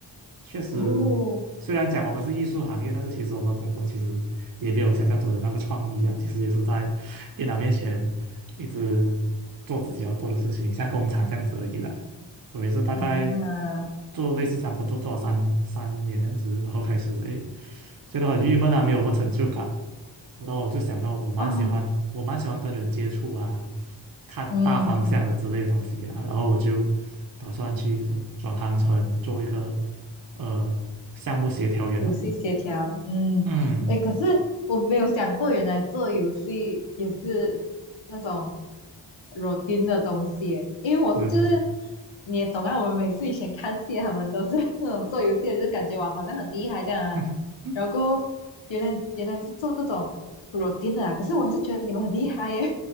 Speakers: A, on the right; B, on the left.
A: 确实，
B: 哦
A: 虽然讲我们是艺术行业，但是其实我们工作其实也没有想象中的那么创意啊。其实也是在电脑面前一直做自己要做的事情，像工厂这样子而已啦。我也是大概
B: 啊，
A: 做类似这样工作做了三三年这样子，然后开始诶觉得很郁闷啊，没有什么成就感。然后我就想到我蛮喜欢，
B: 哦，
A: 我蛮喜欢跟人接触啊，看大方向的之类的东西啊，
B: 嗯，
A: 然后我就打算去转行成做一个呃项目协调员哦。
B: 游戏协调，嗯，
A: 嗯，
B: 诶，可是我没有想过，原来做游戏也是那种 routine 的东西耶，因为我就是
A: 是的，
B: 你也懂啊，我们每次以前看戏，他们都是 <laughs> 那种做游戏的，就感觉哇，好像很厉害这样啊，
A: <laughs>
B: 然后原来原来是做这种 routine 的啊，可是我还是觉得你们很厉害耶，